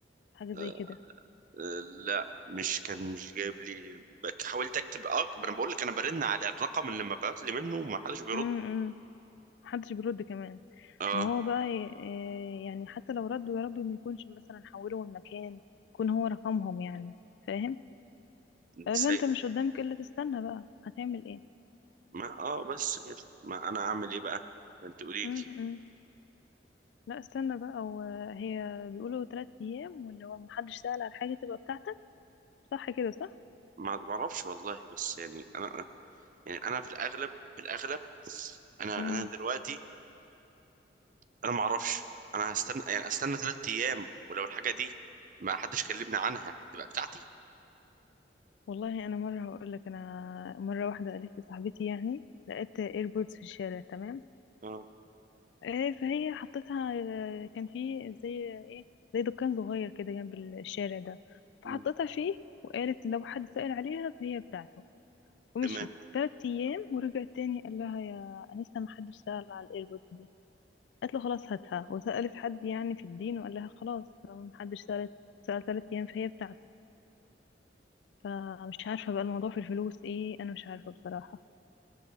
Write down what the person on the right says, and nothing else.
أه
أه لا مش كان مش جايب لي بك- حاولت اكتب اه ما انا بقول لك انا برن على الرقم اللي مبعوت لي منه وما حدش بيرد
اه
ازاي
ما اه بس كده ما انا اعمل ايه بقى ما انت قولي
لي
ما ما اعرفش والله بس يعني انا يعني انا في الاغلب في الاغلب انا
انا دلوقتي انا ما اعرفش انا هستنى يعني استنى ثلاث ايام ولو الحاجه دي ما حدش كلمني عنها تبقى بتاعتي
اه
مم.
تمام